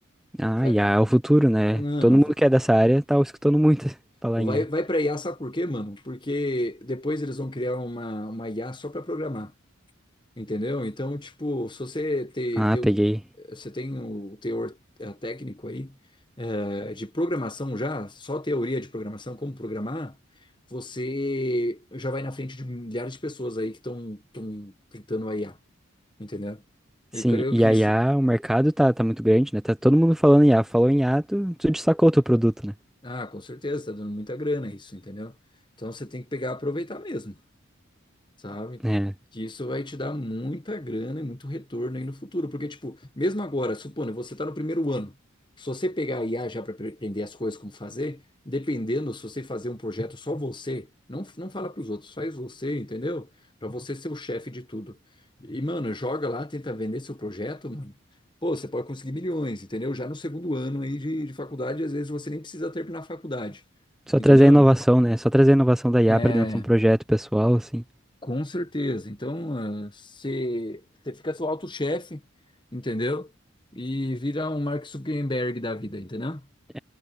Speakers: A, in the centre; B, on the left.
A: Ah,
B: Vai,
A: e a, é o futuro, né?
B: mano,
A: Todo mundo
B: v-
A: que é dessa área tá escutando muito <laughs> falar
B: vai,
A: em I A.
B: vai para IA, sabe por quê, mano? Porque depois eles vão criar uma, uma IA só para programar, entendeu? Então, tipo, se você ter
A: Ah,
B: ter um,
A: peguei.
B: você tem o teor eh, técnico aí eh, de programação já, só teoria de programação, como programar, você já vai na frente de milhares de pessoas aí que estão tentando a IA. entendeu?
A: Sim,
B: Eu creio
A: e
B: que
A: a
B: isso,
A: IA, o mercado tá, tá muito grande, né? Tá todo mundo falando em IA. Falou em IA, tu, tu destacou o teu produto, né?
B: ah, com certeza, tá dando muita grana isso, entendeu? Então você tem que pegar e aproveitar mesmo. sabe?
A: É.
B: Que isso vai te dar muita grana e muito retorno aí no futuro. Porque, tipo, mesmo agora, supondo, você tá no primeiro ano. Se você pegar a IA já para aprender as coisas como fazer, dependendo se você fazer um projeto só você, não, não fala para os outros, faz você, entendeu? Para você ser o chefe de tudo. E, mano, joga lá, tenta vender seu projeto, mano. Pô, você pode conseguir milhões, entendeu? Já no segundo ano aí de, de faculdade, às vezes você nem precisa terminar a faculdade,
A: Só
B: entendeu?
A: trazer a inovação, né? Só trazer a inovação da IA
B: é
A: pra dentro de um projeto pessoal, assim.
B: com certeza. Então, ah, você fica seu auto-chefe, entendeu? E vira um Mark Zuckerberg da vida, entendeu?
A: <laughs>